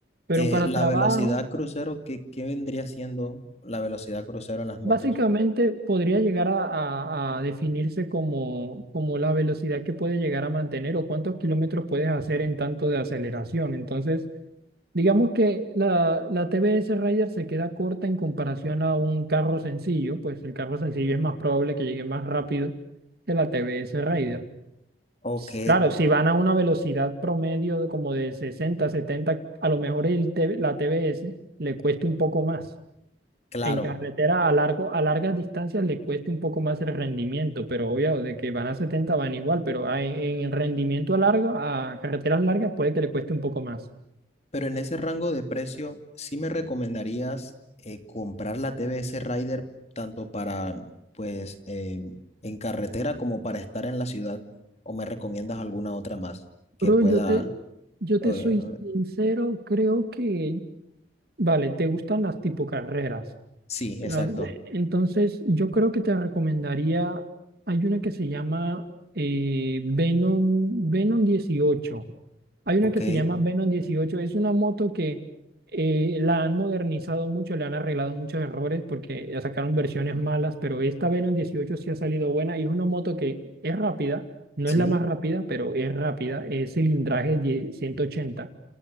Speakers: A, on the right; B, on the left.
A: pero
B: Eh,
A: para
B: la
A: trabajo,
B: velocidad crucero, ¿qué, qué vendría siendo la velocidad crucero en las motos?
A: básicamente podría llegar a, a- a definirse como, como la velocidad que puede llegar a mantener o cuántos kilómetros puedes hacer en tanto de aceleración. Entonces, Digamos que la, la TBS Raider se queda corta en comparación a un carro sencillo, pues el carro sencillo es más probable que llegue más rápido que la TBS Raider.
B: Ok,
A: S- Claro, si van a una velocidad promedio de como de 60, 70, a lo mejor el T- la TBS le cueste un poco más.
B: claro.
A: En carretera a largo, a largas distancias le cueste un poco más el rendimiento, pero obvio de que van a 70 van igual, pero a- en, el rendimiento a largo, a carreteras largas puede que le cueste un poco más.
B: Pero en ese rango de precio, ¿sí me recomendarías eh, comprar la TBS Rider tanto para, pues, eh, en carretera como para estar en la ciudad? ¿O me recomiendas alguna otra más que
A: Bro,
B: pueda...
A: yo te, yo
B: eh,
A: te soy sincero, creo que, vale, te gustan las tipo carreras.
B: sí,
A: La-
B: exacto.
A: Entonces, yo creo que te recomendaría, hay una que se llama eh, Venom, Venom dieciocho. Hay una
B: Ok,
A: que se llama Venom dieciocho. Es una moto que eh, la han modernizado mucho, le han arreglado muchos errores porque ya sacaron versiones malas, pero esta Venom dieciocho sí ha salido buena y es una moto que es rápida, no
B: sí,
A: es la más rápida, pero es rápida, es cilindraje 10 ochenta.